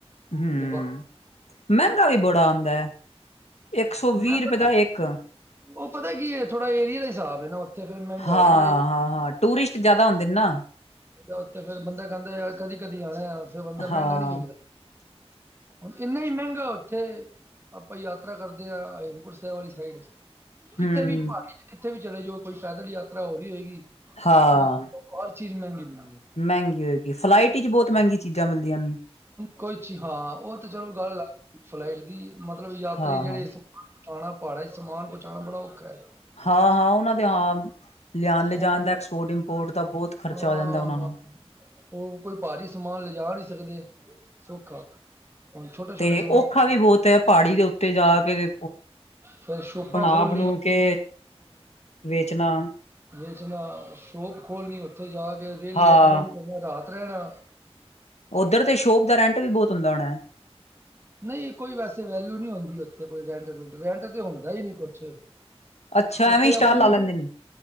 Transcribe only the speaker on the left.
ਹਮ
ਮਹਿੰਗਾ ਵੀ ਬੜਾ ਆਉਂਦਾ ਹੈ। ਇੱਕ ਸੌ ਵੀਹ
ਰੁਪਏ ਦਾ ਇੱਕ
ਹਾਂ-ਹਾਂ-ਹਾਂ ਟੂਰਿਸਟ ਜ਼ਿਆਦਾ ਹੁੰਦੇ ਨੇ ਨਾ
ਹਾਂ
ਹੂੰ
ਹਾਂ
ਮਹਿੰਗੀ ਹੋਏਗੀ ਫਲਾਈਟ ਚ ਬਹੁਤ ਮਹਿੰਗੀ ਚੀਜ਼ਾਂ ਮਿਲਦੀਆਂ ਨੇ,
ਹਾਂ-ਹਾਂ,
ਹਾਂ ਹਾਂ ਉਹਨਾਂ ਦੇ ਹ ਲਿਆਉਣ ਲਿਜਣ
ਦਾ ਐਕਸਪੋਰਟ ਇੰਪੋਰਟ ਦਾ ਬਹੁਤ ਖਰਚਾ
ਆ ਜਾਂਦਾ ਉਹਨਾਂ ਨੂੰ
ਤੇ
ਔਖਾ ਵੀ ਬਹੁਤ ਹੈ ਪਹਾੜੀ ਦੇ ਉੱਤੇ ਜਾ ਕੇ
ਪਣਾਬ
ਨੂੰ ਕੇ ਵੇਚਣਾ
ਹਾਂ
ਉੱਧਰ ਤੇ ਸ਼ੋਪ ਦਾ ਰੈਂਟ ਵੀ ਬਹੁਤ ਹੁੰਦਾ ਹੋਣਾ
ਅੱਛਾ
ਐਵੇਂ ਹੀ ਸਟਾਲ
ਲਾ ਲੈਂਦੇ ਨੇ।